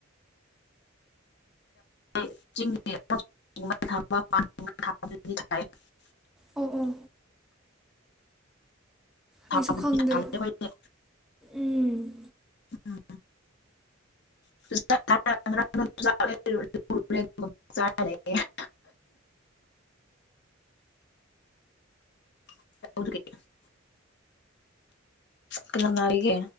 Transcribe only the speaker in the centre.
ꯑꯣ ꯑꯣ ꯑꯩꯁꯨ
ꯈꯪꯗꯦ
ꯎꯝ